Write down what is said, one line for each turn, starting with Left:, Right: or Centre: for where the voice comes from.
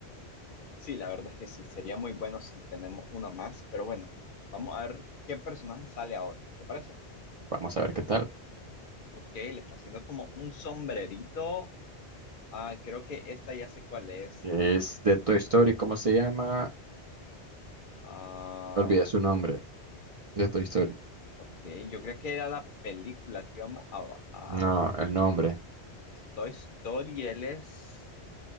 Left: Sí, la verdad es que sí. Sería muy bueno si tenemos una más. Pero bueno, vamos a ver qué personaje sale ahora. ¿Te parece?
Right: Vamos a ver qué tal.
Left: Ok, le está haciendo como un sombrerito. Ah, creo que esta ya sé cuál es.
Right: Es de Toy Story, ¿cómo se llama?
Left: Ah,
Right: Olvidé su nombre, de Toy Story.
Left: Ok, yo creo que era la película que íbamos a, a
Right: No, el nombre.
Left: Toy Story. Él es,